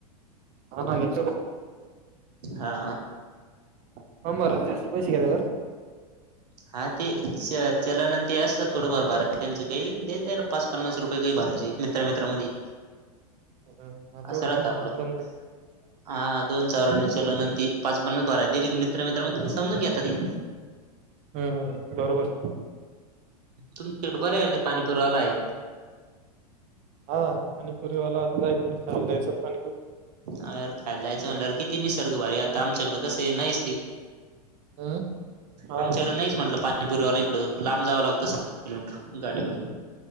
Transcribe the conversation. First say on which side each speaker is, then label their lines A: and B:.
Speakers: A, on the right; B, on the right.
A: हा ना, <unintelligible>
B: हा.
A: फॉर्म भरायला जास्त पैसे <unintelligible> बर.
B: हा, ते च चलन अन् ते असत्यात थोडंफार भार त्यांच ते देत्याल पाच, पन्नास रुपये काही भारायचे. मित्रा-मित्रा मधी,
A: बरं हा तेवढं
B: असं
A: आहे
B: राहत
A: म्हणा
B: आपलं.
A: जमतं
B: हा, दोन <unintelligible> चलन अन् ते पाच पन्नास भराय दिली मित्र, मित्र मधी समजून घेता ते.
A: हं, हं बरोबर.
B: तुमच्याकडे बराय आहे ते, पाणी पुुरीवाला आहे.
A: हा, पाणीपुरीवाला आता जायचं ना, खायला द्यायचं पाणीपूरी.
B: अर खायला जायचं म्हणल्यावर, किती निसर्ग भारी आता आमच्याकडे कसे नाहीस ते.
A: <unintelligible> हा.
B: आमच्याकडे नाहीच म्हटलं, पाणीपुरीवाला इकडं लांब जावं लागतं, सतरा किलोमीटर गाडीवर.